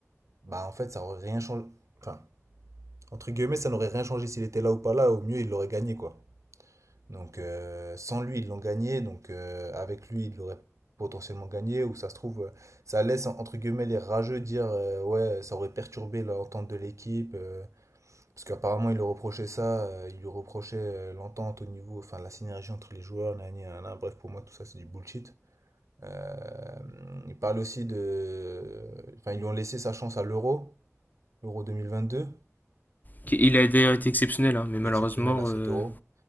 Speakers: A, on the right; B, on the left.
A: bah en fait, ça aurait rien changé. Enfin, entre guillemets, ça n'aurait rien changé s'il était là ou pas là, au mieux, il l'aurait gagné, quoi. Donc, euh, sans lui, ils l'ont gagné, donc euh, avec lui, ils l'auraient potentiellement gagné, ou ça se trouve, euh, ça laisse, entre guillemets, les rageux dire, euh, ouais, ça aurait perturbé l'entente de l'équipe. euh, Parce qu'apparemment, il lui reprochait ça, euh, il lui reprochait euh, l'entente au niveau, enfin la synergie entre les joueurs, nanani, nanana. bref, pour moi, tout ça, c'est du bullshit. Euh, il parle aussi de. Enfin, ils lui ont laissé sa chance à l'euro, l'euro 2022,
B: Qui- Il a d'ailleurs été exceptionnel, hein, mais malheureusement,
A: exceptionnel à cet
B: euh,
A: euro.